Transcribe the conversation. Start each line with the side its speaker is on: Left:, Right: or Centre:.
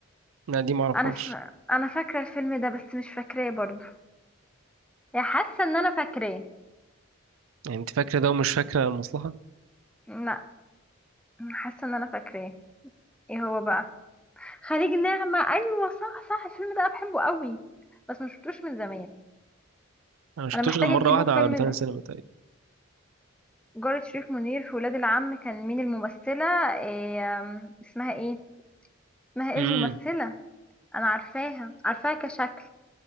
Right: لا دي ما اعرفهاش
Centre: انا ف... انا فاكرة الفيلم ده بس مش فاكراه برضه يعني حاسة ان انا فاكراه
Right: يعني انت فاكرة ده ومش فاكرة المصلحة
Centre: لا حاسة ان انا فاكراه ايه هو بقى خليج نعمة ايوه صح صح الفيلم ده انا بحبه قوي بس ما شفتوش من زمان
Right: انا ما شفتوش
Centre: انا محتاجة
Right: غير مرة
Centre: اجيبه
Right: واحدة
Centre: فيلم
Right: على روتانا سينما تقريبا
Centre: جارة شريف منير في ولاد العم كان مين الممثلة إيه أم، اسمها ايه اسمها ايه
Right: امم
Centre: الممثلة انا عارفاها عارفاها كشكل